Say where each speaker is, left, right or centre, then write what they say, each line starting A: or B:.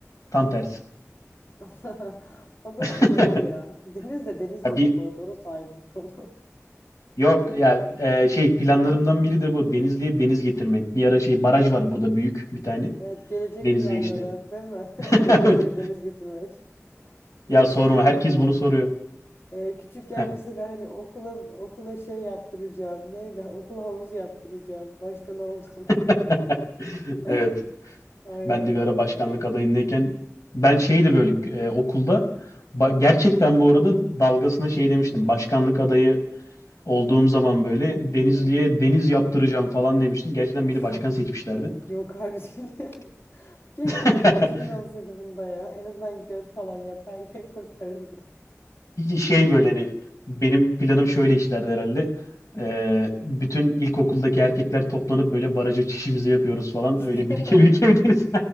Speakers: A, on the left (about 80°); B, on the left (about 50°).
A: Tam tersi.
B: <laughs> O
A: <laughs>
B: da sıkıntı ya. Deniz de deniz
A: Ya
B: yok
A: Bir
B: bu arada. Orası ayrı bir konu. <laughs>
A: Yok ya e, şey planlarımdan biri de bu. Denizli'ye deniz getirmek. Bir ara şey baraj var burada büyük bir tane.
B: Evet gelecek
A: Denizli'ye
B: planları
A: işte.
B: değil mi?
A: <laughs>
B: <laughs> Deniz
A: Evet.
B: diye deniz getirmek. Bu
A: Ya sorma
B: şey gibi
A: herkes
B: olay.
A: bunu soruyor.
B: Ee, küçükken
A: Heh.
B: mesela hani okula okula şey yaptıracağım. Neydi? Okula havuzu yaptıracağım. Başkan oldum.
A: <laughs>
B: <laughs>
A: Evet.
B: Ay
A: Ben
B: Allah'ım
A: de bir ara başkanlık
B: ya.
A: adayındayken ben şeydi böyle e, okulda ba- gerçekten bu arada dalgasına şey demiştim. Başkanlık adayı olduğum zaman böyle Denizli'ye
B: Hı hı.
A: deniz yaptıracağım falan demiştim. Gerçekten
B: <laughs>
A: beni başkan seçmişlerdi.
B: Yok, yok harbiden. <laughs> Keşke
A: <laughs>
B: bir girişimin olsaydı bunda ya. En azından göl falan yapar kurtarırdı.
A: şey böyle hani benim planım şöyle işlerdi herhalde. Ee, bütün ilkokuldaki erkekler toplanıp böyle baraja çişimizi yapıyoruz falan.
B: <laughs>
A: Öyle birike birike bir deniz.